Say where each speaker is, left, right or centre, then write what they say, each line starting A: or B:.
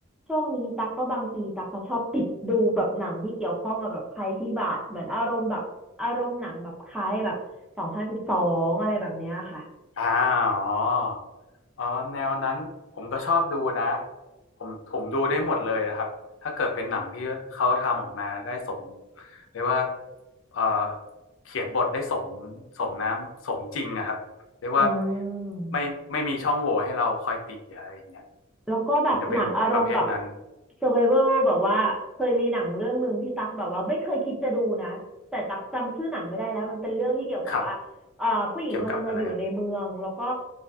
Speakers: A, in the centre; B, on the left.
A: ช่วงนี้ตักก็บางทีตักก็ชอบติดดูแบบหนังที่เกี่ยวข้องกับแบบภัยพิบัติเหมือนอารมณ์แบบอารมณ์หนังแบบคล้ายแบบสองพันสิบสองอะไรแบบเนี้ยค่ะ
B: อ่าอ๋ออ๋อแนวนั้นผมก็ชอบดูนะผมผมดูได้หมดเลยนะครับถ้าเกิดเป็นหนังที่เขาทำออกมาได้สมเรียกว่าเอ่อเขียนบทได้สมสมน้ำสมจริงอะครับเรียกว่า
A: อื
B: ไม่ไม่มีช่องโหว่ให้เราคอยติอะไรอย่างเงี้ย
A: ม แล้วก็แบบหนังอารมณ์แบบ
B: ผมจะเป็นประเภทนั้น
A: survival แบบว่าเคยมีหนังเรื่องหนึ่งที่ตักแบบว่าไม่เคยคิดจะดูนะแต่ตักจำชื่อหนังไม่ได้แล้วมันเป็นเรื่องที่เกี่ยวกับว่าเอ่อผู้หญิงคนหนึ่งอะอยู่ในเมืองแล้วก็
B: ครับเกี่ยวกับอะไรอะ